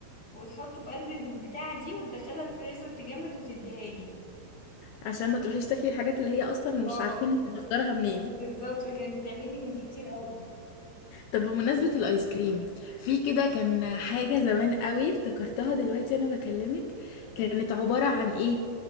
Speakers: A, on the left (about 25°); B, on the left (about 80°).
A: وتحطه في قلب البتاعه دي وتدخلها الفريزر تجمد وتديها لي
B: عشان ما تروحيش تاكلي الحاجات اللي هي اصلا
A: اه
B: مش عارفين مصدرها منين
A: بالظبط فكانت بتعمل لي من دي كتير قوي
B: طب بمناسبة الآيس كريم في كده كان حاجة زمان قوي افتكرتها دلوقتي أنا بكلمك كانت عبارة عن إيه